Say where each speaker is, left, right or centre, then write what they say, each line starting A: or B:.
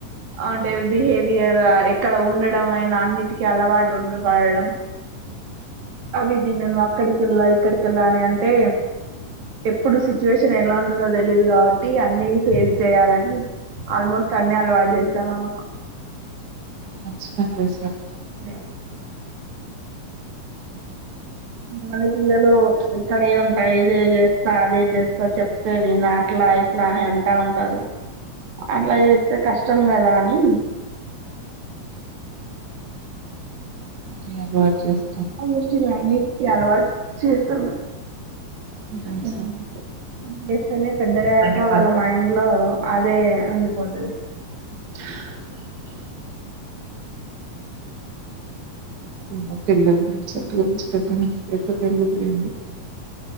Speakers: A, on the right; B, on the right.
A: అంటే బిహేవి యార్ ఎక్కడ ఉండడం అయినా, అన్నిటికీ అలవాటు ఉండబడడం. అవి తినను అక్కడికేళ్ళా, ఇక్కడికేళ్ళా అని అంటే ఎప్పుడు సిచ్యువేషన్ ఎలా ఉంటదో తెలిదు కాబట్టి. అన్ని ఫేస్ చెయ్యాలని. ఆల్మోస్ట్ అన్ని అల్వాటు చేస్తం. ఆమెకు
B: మంచి పని చేసినవ్
A: <unintelligible> కొంతమంది పిల్లలు ఇక్కడే ఉంటాయి. ఇదే చేస్తా, అదే చేస్తా, చెప్తేవినా అట్లా ఇట్లా అని అంటా ఉంటారు. అట్లా చేస్తే కష్టం కదా. అని
B: అన్ని అలవాట్ చేస్
A: ఆల్మోస్ట్ ఇప్పుడన్నిటికీ అలవాటు చేస్తాన్డు.
B: నైస్
A: ఉమ్
B: అండి.
A: ఇప్పుడు చేస్తేనే పెద్దగాయాక.
B: నయమాది.
A: వాళ్ళ మైండ్ లో అదే ఉండిపోతది
B: హా హ్ మా పిల్లల మైండ్ సెట్ గురించి పెద్దగా నాకైతే తెలీదు లెండి.